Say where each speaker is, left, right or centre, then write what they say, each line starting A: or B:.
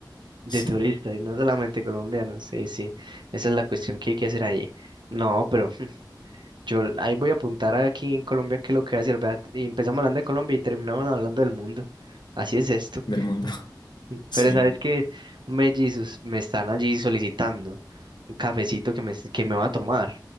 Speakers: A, on the right (about 85°); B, on the left (about 70°).
A: de
B: sí,
A: turistas y no solamente colombianos. Sí, sí, esa es la cuestión que hay que hacer ahí. No, pero. Yo ahí voy a apuntar aquí en Colombia que lo que voy a decir, ¿verdad? Y empezamos hablando de Colombia y terminamos hablando del mundo. Así es esto.
B: del mundo. <laughs>
A: Pero
B: Sí,
A: sabes que, hombre, Jesus, me están allí solicitando un cafecito que me, que me va a tomar.